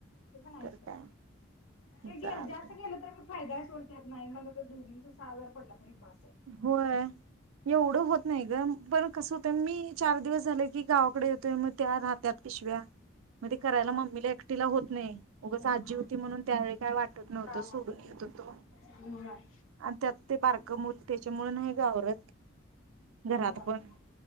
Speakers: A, on the left (about 80°); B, on the right (about 85°).
A: ते पण हाय
B: तर
A: सोड.
B: काय
A: ते
B: चालतंय
A: गे जास्त गेलं तर फायदाय सोड त्यात नाही म्हणलं तर दोघिचं सहा‌ हजार पडला म्हणजे बास. आहे.
B: होय एवढं होत नाही गं पण कसं होतंय मी चार दिवस झालं की गावाकडे येतोय मग त्या राहत्यात पिशव्या मग ते करायला
A: होय
B: मम्मीला एकटीला होत नाही. ऊगच
A: होत
B: आजी
A: नाही
B: हुती म्हणून त्यावेळी काय वाटत नव्हतं
A: काय
B: सोडून
A: वाटलं
B: येत
A: नाही.
B: होतो
A: होय.
B: आणि त्यात ते बारकं
A: तेच
B: मुल
A: की
B: त्याच्यामुळे नाही गं आवरत घरात
A: होय.
B: पण